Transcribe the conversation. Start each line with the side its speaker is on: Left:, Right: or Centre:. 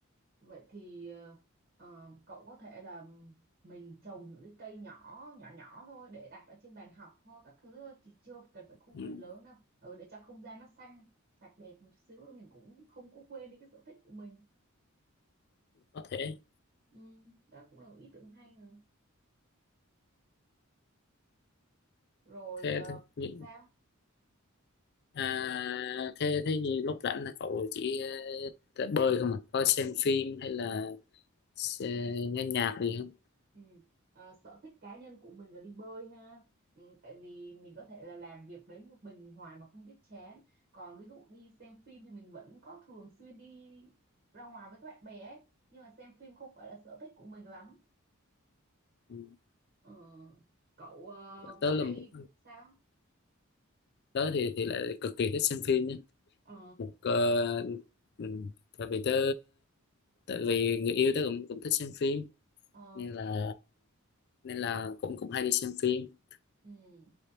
Right: vậy thì ờ, ờ, cậu có thể là mình trồng những cái cây nhỏ nhỏ nhỏ thôi để đặt ở trên bàn học thôi các thứ thôi thì chưa cần phải khu
Left: ừ,
Right: vườn lớn đâu ừ, để cho không gian nó xanh sạch đẹp một chút xíu mình cũng không có quên đi cái sở thích của mình
Left: có thể
Right: ừ, đó cũng là một ý tưởng hay rồi rồi
Left: thế
Right: ờ,
Left: thế nhị-
Right: sao
Left: à, thế thế như lúc rảnh là cậu chỉ ờ, bơi không à có xem phim hay là xe- nghe nhạc gì không
Right: Ừ. À, sở thích cá nhân của mình là đi bơi ha ừ, tại vì mình có thể là làm việc đấy một mình hoài mà không biết chán còn ví dụ đi xem phim thì mình vẫn có thường xuyên đi ra ngoài với các bạn bè ấy nhưng mà xem phim không phải là sở thích của mình lắm
Left: ừ.
Right: Ờ, cậu ờ,
Left: tớ
Right: có hay
Left: là một,
Right: sao
Left: tớ thì thì lại cực kỳ thích xem phim nhé
Right: ờ
Left: một ờ, ừ, tại vì tớ tại vì người yêu tớ cũng cũng thích xem phim
Right: ờ
Left: nên là nên là cũng cũng hay đi xem phim
Right: ừ